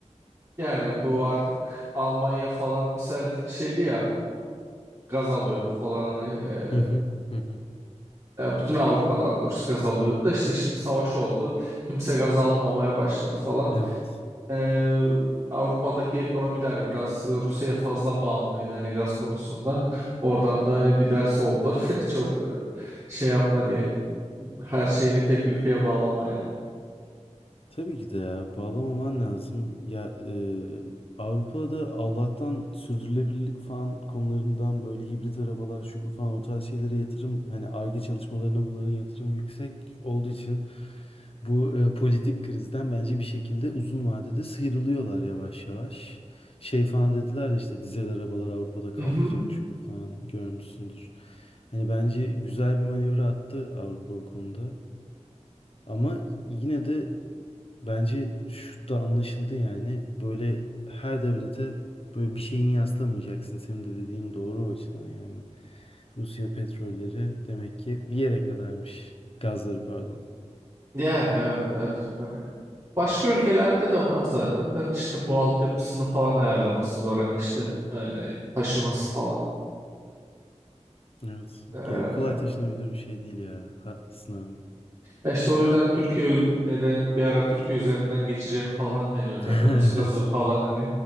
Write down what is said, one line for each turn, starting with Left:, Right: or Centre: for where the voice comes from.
Right: Yani bu artık Almanya falan misal şeydi ya gaz alıyordu falan hani e,
Left: Hı hı, hı hı.
Right: Yani bütün Avrupa daha doğrusu gaz alıyordu da işte şimdi savaş oldu. Kimse gaz almamaya başladı falan.
Left: Evet.
Right: Ee, Avrupa'daki ekonomi de hani biraz Rusya'ya fazla bağımlıydı hani gaz konusunda. Oradan da hani bir ders oldu. <laughs> Çok e, şey yapma diye. Her şeyini tek ülkeye bağlama yani.
Left: Tabii ki de ya bağlamaman lazım. Ya e, Avrupa'da Allah'tan sürdürülebilirlik falan konularından böyle hibrit arabalar şu bu falan o tarz şeylere yatırım hani Ar-Ge çalışmalarına bunların yatırım yüksek olduğu için bu e, politik krizden bence bir şekilde uzun vadede sıyrılıyorlar yavaş yavaş. Şey falan dediler ya işte dizel arabalar Avrupa'da kalkacak
Right: Hı
Left: şu bu falan görmüşsündür. Hani bence güzel bir manevra attı Avrupa o konuda. Ama yine de Bence şu da anlaşıldı yani böyle her devlete böyle bir şeyini yaslamayacaksın. Senin de dediğin doğru o açıdan yani. Rusya petrolleri demek ki bir yere kadarmış. Gazları pardon.
Right: Yani evet evet. Hani başka ülkelerde de var zaten. Da işte bu altyapısını falan ayarlaması zor hani işte e, taşıması falan.
Left: Evet.
Right: Ee,
Left: Yani kolay taşınabilir bir şey değil ya. Haklısın abi.
Right: Ya İşte o yüzden Türkiye neden bir ara Türkiye üzerinden geçecek falan deniyordu.
Left: <laughs>
Right: Hani Rus gazı falan
Left: Evet.
Right: hani